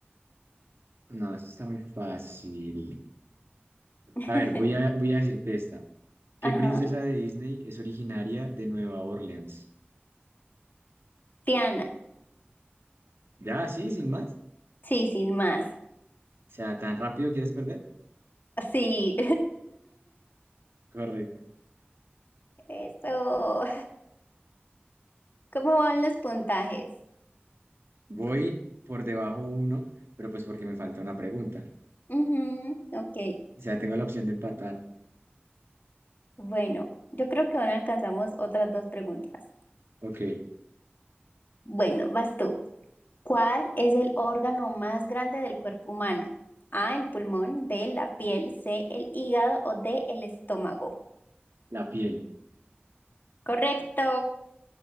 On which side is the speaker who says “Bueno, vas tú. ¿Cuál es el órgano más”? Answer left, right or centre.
Left